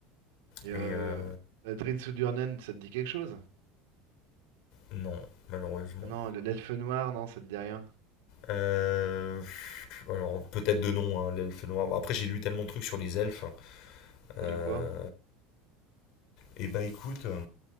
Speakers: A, on the right; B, on the left.
A: Et euh,
B: Et euh,
A: Drid Sudurnen, ça te dit quelque chose?
B: non, malheureusement.
A: Ah non, le- l'elfe noir, non, ça te dit rien.
B: Euh, alors, peut-être de nom, hein, l'elfe noir. bon Après, j'ai lu tellement de trucs sur les elfes.
A: T'as
B: Euh,
A: lu quoi?
B: et bah, écoute, euh,